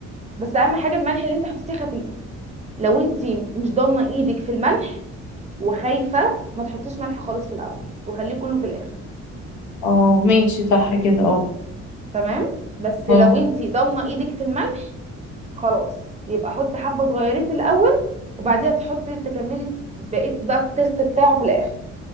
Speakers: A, on the right; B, on the left.
A: بس اهم حاجه الملح اللي انت حطيتيه خفيف لو انت مش ضامنه ايدك في الملح وخايفه ما تحطيش ملح خالص في الاول وخليه كله في الاخر
B: اه ماشي صح كده اه
A: تمام بس
B: اه
A: لو انتي ضامنه ايدك في الملح خلاص يبقى حطي حبه صغيرين في الاول وبعديها تحطي تكملي بقيت بقى التيست بتاعه في الاخر